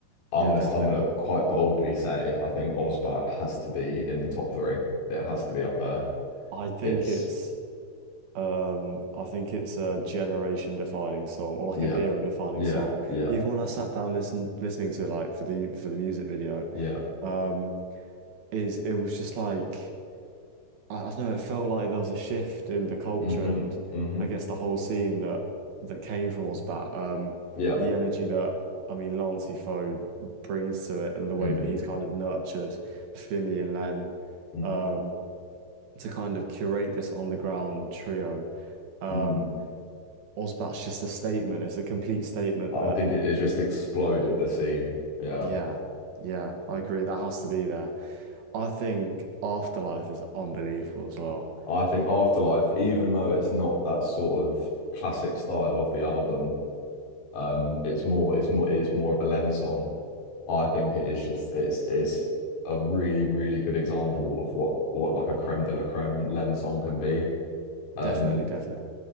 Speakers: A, on the left (about 60°); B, on the right (about 60°).
A: I'm
B: yeah,
A: gonna
B: definitely.
A: I'm gonna quite boldly say I think Osbat has to be in the top three. It has to be up there.
B: I think
A: It's
B: it's um, I think it's a generation defining song or like
A: yep,
B: an era defining
A: yep,
B: song.
A: yep,
B: Even when I sat down listen listening to it, like for the for the music video,
A: yep.
B: um, it's it was just like. I, I don't know, it felt like there was a shift in the culture
A: Mm-hmm.
B: and
A: Mm-hmm.
B: I guess the whole scene that that came from Ozbat. Um,
A: Yep.
B: the energy that I mean Lancey brings to it and the way
A: Mm,
B: that he's kind of nurtured Fimi and Len
A: mm,
B: um, to kind of curate this on the ground trio. Um,
A: mm.
B: Ozbat's just a statement. It's a complete statement
A: I
B: that
A: think it, it just exploded the scene. Yeah.
B: yeah, yeah, I agree. That has to be there. I think Afterlife is unbelievable as well.
A: I think Afterlife, even though it's not that sort of classic style of the album, Um, it's more, it's more, it is more of a Len song. I think it is just, it's, it's a really, really good example of what, what like a creme de la creme Len song can be. Um,
B: Definitely, definitely.